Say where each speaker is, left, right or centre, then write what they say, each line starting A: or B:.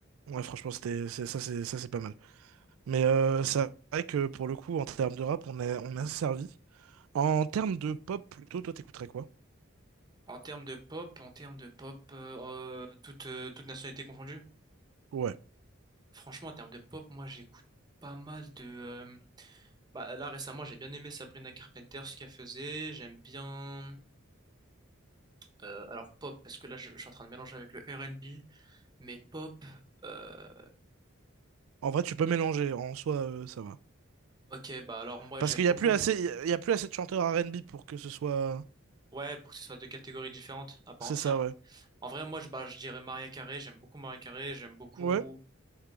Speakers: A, on the right; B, on the right.
A: Ouais, franchement, c'était, c'est- ça, c'est, ça, c'est pas mal. Mais euh, c'est vrai que pour le coup, en termes de rap, on est, on a servi. En termes de pop, plutôt, toi, t'écouterais quoi?
B: En termes de pop, en termes de pop, euh, euh, toute, euh, toute nationalité confondue.
A: Ouais.
B: Franchement, en termes de pop, moi j'écoute pas mal de. euh, Bah là récemment, j'ai bien aimé Sabrina Carpenter ce qu'elle faisait. J'aime bien. euh, alors pop, parce que là je, je suis en train de mélanger avec le R and B. mais pop. euh,
A: En vrai, tu peux mélanger. En soi, euh, ça va.
B: Ok, bah alors moi
A: Parce
B: j'aime
A: qu'il
B: beaucoup.
A: y a plus assez, il y a plus assez de chanteurs R&B pour que ce soit.
B: Ouais, pour que ce soit deux catégories différentes, à part
A: C'est
B: entière.
A: ça, ouais.
B: En vrai, moi, je, bah, je dirais Maria Carré. J'aime beaucoup Maria Carré. J'aime beaucoup
A: Ouais.